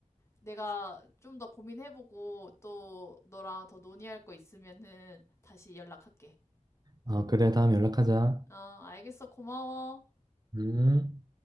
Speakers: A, on the left; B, on the right.
A: 내가 좀 더 고민해보고 또 너랑 더 논의할 거 있으면은 다시 연락할게.
B: 아, 그래. 다음에 연락하자.
A: 어, 알겠어. 고마워.
B: 음.